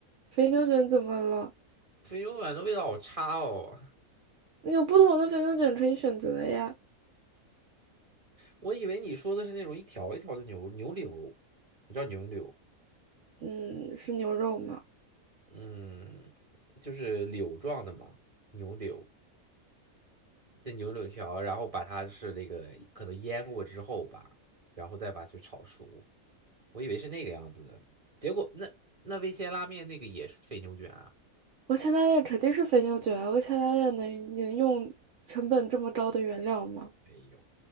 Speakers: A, on the right; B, on the right.
A: 肥牛卷怎么了？
B: 肥牛丸的味道好差哦，
A: 有不同的肥牛卷可以选择呀。
B: 我以为你说的是那种一条一条的牛牛柳，你知道牛柳，
A: 嗯，是牛肉吗？
B: 嗯，就是柳状的嘛，牛柳，那牛柳条，然后把它是那个可能腌过之后吧，然后再把它炒熟，我以为是那个样子的，结果那那味千拉面那个也是肥牛卷啊，
A: 我前大练肯定是肥牛卷啊，我前大练能能用成本这么高的原料吗？
B: 没有，